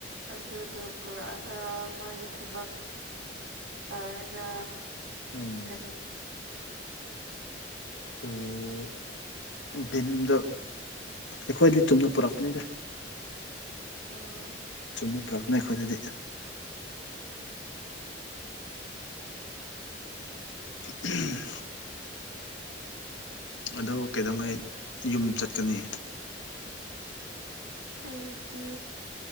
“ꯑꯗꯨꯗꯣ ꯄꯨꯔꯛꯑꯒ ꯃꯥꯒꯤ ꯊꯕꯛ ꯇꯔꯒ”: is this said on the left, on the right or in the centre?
Right